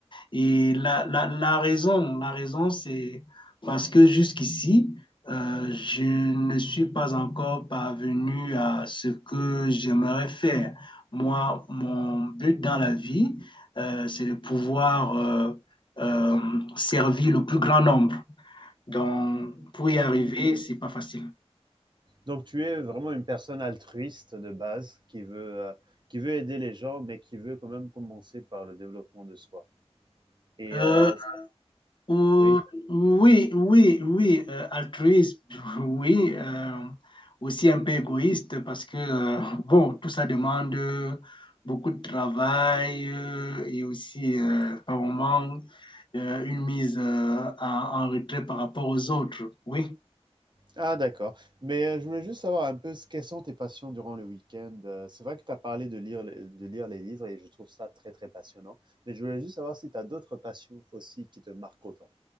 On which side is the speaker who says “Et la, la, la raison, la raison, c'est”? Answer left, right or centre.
Left